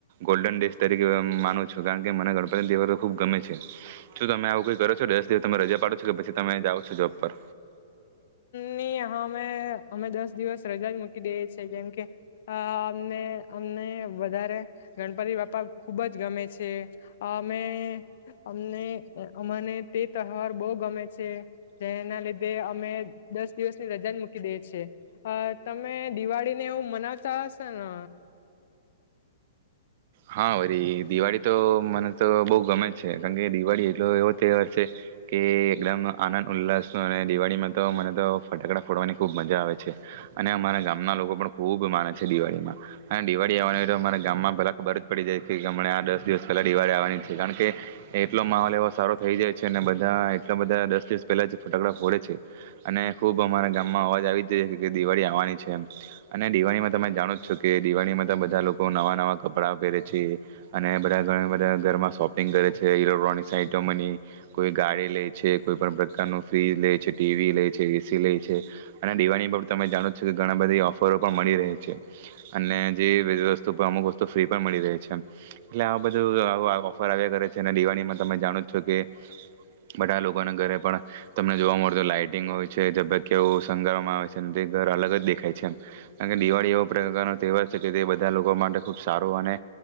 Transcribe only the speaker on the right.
ગોલ્ડન ડેેશ તરીકે માનું છું કારણ કે મનેણ દ <unintelligible> ખુબ ગમે છે શું તમે આવું કઈ કરો છો દસ દિવસ તમે રજા પાડો છો કે પછી તમે જાઓ છો જોબ પર
હા વરી દિવાળી તો મને તો બહુ ગમે છે કારણ કે દિવાળી એટલો એવો તહેવાર છે કે એકદમ આનંદ ઉલ્લાસનો અને દિવાળીમાં તો મને તો ફટાકડા ફોડવાની ખૂબ મજા આવે છે અને અમારા ગામના લોકો પણ ખૂબ માને છે દિવાળીમાં અને દિવાળી આવવાની હોય તો અમારા ગામમાં પેલાં <inaudible> પડી જાય <unintelligible> આ દસ દિવસ પહેલા દિવાળી આવવાની છે કારણ કે એટલો માહોલ એવો સારો થઈ જાય છે અને બધા એટલા બધા દસ દિવસ પહેલાં જ ફટાકડા ફોડે છે અને ખૂબ અમારા ગામમાં અવાજ આવી જાય છે કે દિવાળી આવવાની છે એમ અને દિવાળીમાં તમે જાણો જ છો કે દિવાળીમાં તો બધા લોકો નવા નવા કપડાં પહેરે છે અને બધા ઘણા બધા ઘરમાં શોપિંગ કરે છે ઇલેક્ટ્રોનિકસ આઈટમોની કોઈ ગાડી લે છે કોઈ પણ પ્રકારનું ફ્રીજ લે છે ટી વી લે છે એ સી લે છે અને દિવાળ પર તમે જાણો છો કે ઘણા બધી ઓફરો પણ મળી રહે છે અને જે બધી વસ્તુ પર અમુક તો ફ્રી પણ મળી રહે છે એટલે આ બધું ઓફર આવ્યા કરે છે અને દિવાળીમાં તમે જાણો જ છો કે બધા લોકોને ઘરે પણ તમને જોવા મળતો લાાઈટિંગ હોય છે ઝબકિયાંઓ સંણગારવામાં આવે છે તે ઘર અલગ જ દેખાય છે એમ કારણ કે દિવાળી એવો પ્રકારનો તહેવાર છે કે તે બધા લોકો માટે ખુબ સારો અને